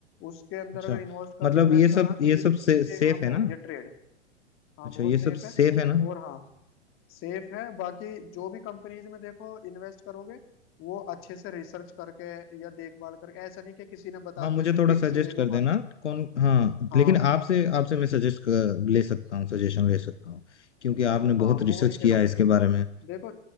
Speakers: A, on the left; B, on the left.
A: उसके अंदर
B: अच्छा
A: अगर इन्वेस्ट कर
B: मतलब
A: इन्वेस्ट
B: ये
A: करना
B: सब
A: है, तो
B: ये
A: यही
B: सब से,
A: इनके
B: सेफ
A: वहां पर
B: है
A: होती
B: ना
A: है ट्रेड हाँ
B: अच्छा
A: बहुत
B: ये सब
A: सेफ
B: सेफ
A: है
B: है ना
A: और हाँ सेफ है बाकी जो भी कंपनीज में देखो इन्वेस्ट करोगे वो अच्छे से रिसर्च करके या देखभाल करके ऐसा नहीं कि किसी ने बता
B: हाँ मुझे
A: दिया कि
B: थोड़ा
A: टिप्स
B: सजेस्ट
A: ले लो
B: कर देना
A: भाई
B: कौन हाँ
A: हाँ
B: लेकिन आपसे आपसे मैं सजेस्ट ले सकता हूँ सजेशन ले सकता हूँ क्योंकि आपने
A: हाँ
B: बहुत
A: मैं
B: रिसर्च
A: वही कह
B: किया
A: रहा
B: है
A: हूँ
B: इसके बारे में
A: देखो